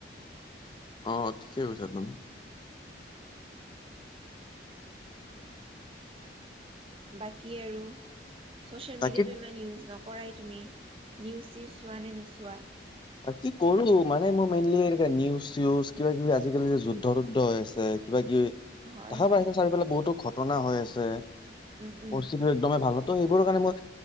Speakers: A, on the left; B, on the right.
A: অ ঠিকে কৈছা তুমি।
B: বাকী আৰু ছ'চিয়েল
A: বাকী
B: মিডিয়াটো ইমান ইউজ নক কৰাই তুমি নিওচ-চিওচ চোৱা নে নোচোৱা?
A: কি কৰো মানে মোৰ মেইনলি এনে নিউজ-চিউজ কিবা কিবি আজিকালি যে যুদ্ধযুদ্ধ হৈ আছে কিবা-কিবি
B: হয়
A: দেখা
B: হয়
A: পাইছে চাৰিওফালে বহুতো ঘট ঘটনা হৈ আছে।
B: উম উম
A: পৰিস্থিতি একদমেই ভাল ত' সেইবোৰৰ কাৰণে মই